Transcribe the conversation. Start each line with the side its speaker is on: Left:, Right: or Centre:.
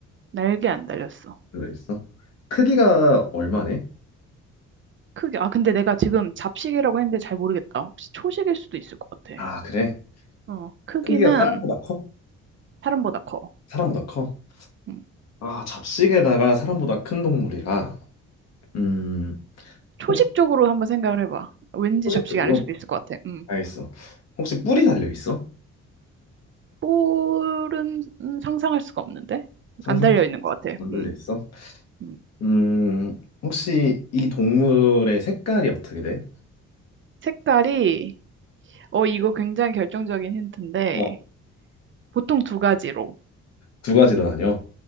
Right: 날개 안 달렸어.
Left: 달려 있어? 크기가 얼마네?
Right: 크기, 아, 근데 내가 지금 잡식이라고 했는데 잘 모르겠다. 혹시 초식일 수도 있을 것 같아.
Left: 아, 그래.
Right: 어, 크기는
Left: 크기가 사람보다 커?
Right: 사람보다 커.
Left: 사람보다 커?
Right: 음.
Left: 아, 잡식에다가 사람보다 큰 동물이라. 음,
Right: 초식
Left: 혹시
Right: 쪽으로 한번 생각을 해봐. 왠지
Left: 소식적으로
Right: 잡식이 아닐 수도 있을 것 같아. 음.
Left: 알겠어. 혹시 뿔이 달려 있어?
Right: 볼은 음, 상상할 수가 없는데?
Left: 상상
Right: 안 달려 있는 것 같아.
Left: 안 달려
Right: 음.
Left: 있어?
Right: 음.
Left: 음, 혹시 이 동물의 색깔이 어떻게 돼?
Right: 색깔이, 어, 이거 굉장히 결정적인 힌트인데,
Left: 어,
Right: 보통 두 가지로,
Left: 두 가지로 나뉘어.